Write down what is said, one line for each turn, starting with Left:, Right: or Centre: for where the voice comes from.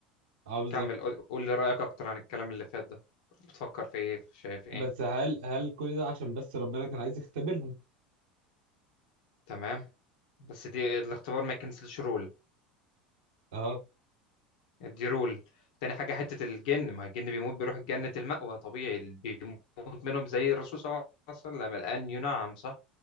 Right: اه بالظبط
Left: كمل قول قول لي رأيك اكتر عن الكلام اللي فات ده بتفكر في ايه شايف ايه
Right: بس هل هل كل ده عشان بس ربنا كان عايز يختبرهم
Left: تمام بس دي الاختبار ما يكنسلش رول
Right: اه
Left: دي رول تاني حاجة حتة الجن ما الجن بيموت بيروح جنة المأوى طبيعي اللي بيموت منهم زي الرسول صلى الله عليه وسلم الآن ينعم صح